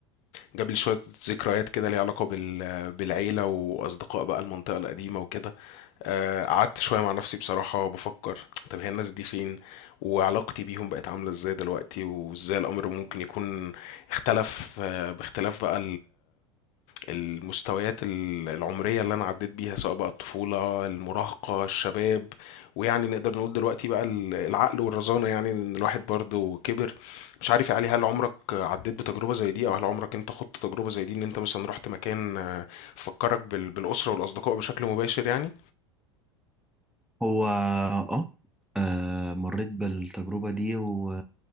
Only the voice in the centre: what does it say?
هو آه آه، مريت بالتجربة دي و...